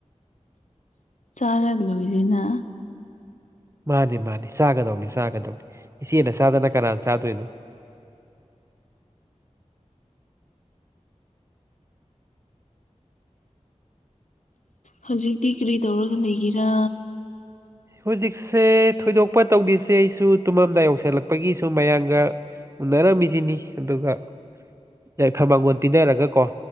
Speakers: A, on the left; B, on the right.
A: ꯆꯥꯔ ꯂꯣꯏꯔ‌ꯦꯅ
B: ꯃꯥꯅꯤ ꯃꯥꯅꯤ ꯆꯥꯒꯗꯧꯅꯤ ꯆꯥꯒꯗꯧꯅꯤ ꯏꯆꯦꯅ ꯆꯥꯗꯅ ꯀꯅꯥꯅ ꯆꯥꯗꯣꯏꯅꯣ
A: ꯍꯧꯖꯤꯛꯇꯤ ꯀꯔꯤ ꯇꯧꯔꯒ ꯂꯩꯒꯦꯔꯥ
B: ꯍꯧꯖꯤꯛꯁꯦ ꯊꯣꯏꯗꯣꯛꯄ ꯇꯧꯗ‌ꯦꯁꯦ ꯑꯩꯁꯨ ꯇꯨꯝꯃꯝꯗꯥꯏ ꯌꯧꯁꯤꯜꯂꯛꯄꯒꯤ ꯁꯨꯝ ꯃꯌꯥꯝꯒ ꯎꯅꯔꯝꯃꯤꯁꯤꯅꯤ ꯑꯗꯨꯒ ꯌꯥꯏꯐ ꯃꯥꯡꯒꯣꯜ ꯄꯤꯟꯅꯔꯒ ꯀꯣ